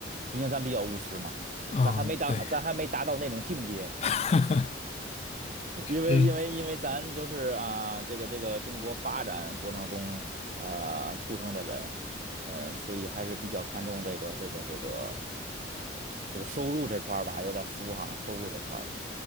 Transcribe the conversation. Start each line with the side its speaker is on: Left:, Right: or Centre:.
Right: 毕竟咱比较务实嘛，
Left: 啊，
Right: 咱还没达咱还没达到那种境界。
Left: 对，<laughs>
Right: 因为因为因为咱都是啊，
Left: 嗯
Right: 这个这个中国发展过程中啊出生的人，呃，所以还是比较看重这个这个这个这个收入这块儿吧，有点俗哈，收入这块儿的。